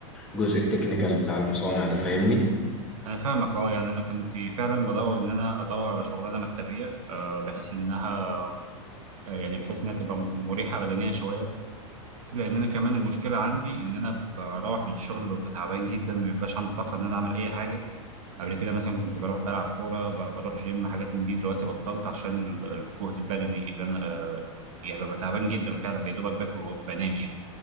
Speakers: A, in the centre; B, on the right.
A: الجزء التكنيكال بتاع المصانع ده فاهمني
B: انا فاهمك اه يعني انا كنت فعلا بدور ان انا ادور على شغلانه مكتبيه آه، بحيث انها آه، يعني بحيث انها تبقى مريحه بدنيا شويه لان انا كمان المشكله عندي ان انا بروح من الشغل ببقى تعبان جدا ما بيبقاش عندي طاقه ان انا اعمل اي حاجه قبل كده مثلا كنت بروح بلعب كوره ب- بروح جيم حاجات من دي دلوقتي بطلت عشان ال- الجهد البدني اللي انا آه، يعني ببقى تعبان جدا فعلا يا دوبك باكل وبنام يعني